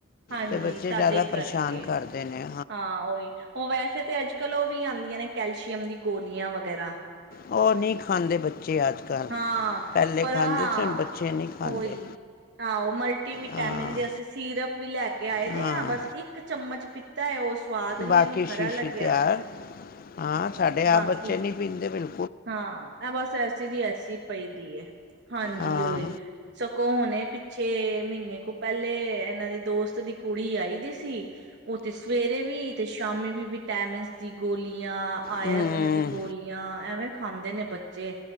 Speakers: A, on the right; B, on the left.
A: ਹਾਂਜੀ,
B: ਤੇ ਬੱਚੇ
A: ਤਦੇ
B: ਜ਼ਿਆਦਾ
A: ਕਰਕੇ
B: ਪਰੇਸ਼ਾਨ ਕਰਦੇ ਨੇ
A: ਹਾਂ ਉਹੀ ਉਹ ਵੈਸੇ ਫਿਰ ਤੇ ਅੱਜਕਲ ਉਹ ਵੀ ਆਉਂਦੀਆਂ ਨੇ ਕੈਲਸ਼ੀਅਮ ਦੀ ਗੋਲੀਆਂ ਵਗੈਰਾ
B: ਉਹ ਨੀ ਖਦੇ ਬੱਚੇ ਅਜ-ਕੱਲ
A: ਹਾਂ
B: ਪਹਲੇ
A: ਪਰ
B: ਖਾਂਦੇ
A: ਹਾਂ
B: ਸੀ ਹੁਣ ਬੱਚੇ ਨੀ ਖਦੇ
A: ਉਹੀ ਆਹੋ ਮਲਟੀ ਵਿਟਾਮਿਨ
B: ਹਾਂ।
A: ਦੇ ਅਸੀਂ ਸੀਰਪ ਵੀ ਲੈ ਕੇ ਆਏ ਦੇ
B: ਹਾਂ
A: ਆਾਂ ਬਸ ਇੱਕ ਚਮ ਚਮਚ ਪੀਤਾ ਹੈ ਉਸ ਸਵਾਦ ਨੀ,
B: ਬਾਕੀ
A: ਇਹਨੂੰ ਖਰਾ
B: ਸ਼ੀਸ਼ੀ
A: ਲੱਗਿਆ।
B: ਤਿਆਰ ਹਾਂ, ਸਾਡੇ
A: ਤੇ
B: ਆਪ
A: ਬਾਕੀ
B: ਬੱਚੇ ਨਹੀਂ ਪੀਂਦੇ। ਦੇ ਵੇਲ
A: ਹਾਂ, ਇਹ ਬਸ ਐਸੀ ਦੀ ਐਸੀ ਪਈ ਦੀ ਹਾਂਜੀ
B: ਹਾਂ
A: ਉਓਹੀ ਸਗੋਂ ਹੁਣੇ ਪਿੱਛੇ ਮਹੀਨੇ ਕੋਲ ਪਹਿਲੇ ਇਹਨਾਂ ਦੀ ਦੋਸਤ ਦੀ ਕੁੜੀ ਆਈ ਦੀ ਸੀ, ਉਹ ਤੇ ਸਵੇਰੇ ਵੀ ਤੇ ਸ਼ਾਮੀ ਵੀ ਵਿਟੈਾਮਿਨ ਦੀ ਗੋਲੀ ਯਾ ਆਯੁਰਵੇਦ
B: ਹਮ,
A: ਦੀ ਗੋਲੀਆਂ ਐਵੇਂ ਖਾਂਦੇ ਨੇ ਬੱਚੇ।